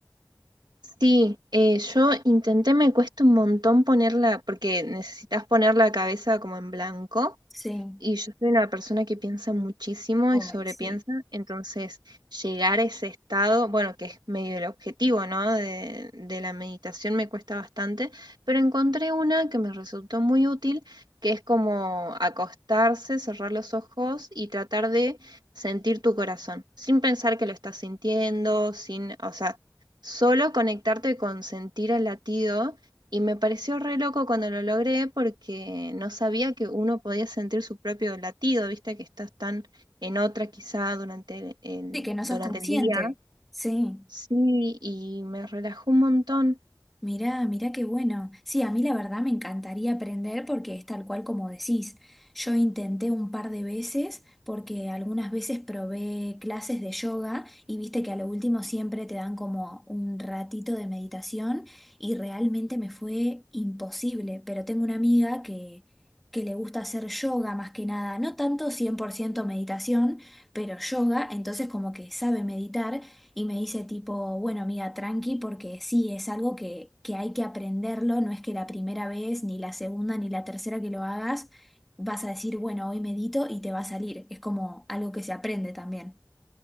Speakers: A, on the right (about 80°); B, in the centre.
A: Sí, eh, yo intenté, me cuesta un montón ponerla, porque necesitas poner la cabeza como en blanco.
B: Sí,
A: Y yo soy una persona que piensa muchísimo
B: Ay,
A: y sobrepiensa,
B: sí.
A: entonces llegar a ese estado, bueno, que es medio el objetivo, ¿no? De, de la meditación me cuesta bastante, pero encontré una que me resultó muy útil, que es como acostarse, cerrar los ojos y tratar de sentir tu corazón, sin pensar que lo estás sintiendo, sin, o sea, solo conectarte con sentir el latido y me pareció re loco cuando lo logré porque no sabía que uno podía sentir su propio latido, viste que estás tan en otra quizá durante el, el-
B: Sí, que no
A: durante
B: sos consciente.
A: el día.
B: Sí.
A: Sí, y me relajó un montón.
B: Mirá, mirá qué bueno. Sí, a mí la verdad me encantaría aprender porque es tal cual como decís. Yo intenté un par de veces porque algunas veces probé clases de yoga y viste que a lo último siempre te dan como un ratito de meditación y realmente me fue imposible. Pero tengo una amiga que, que le gusta hacer yoga más que nada, no tanto 100% meditación, pero yoga, entonces como que sabe meditar. Y me dice tipo, bueno, amiga, tranqui, porque sí, es algo que, que hay que aprenderlo, no es que la primera vez, ni la segunda, ni la tercera que lo hagas, vas a decir, bueno, hoy medito y te va a salir. Es como algo que se aprende también.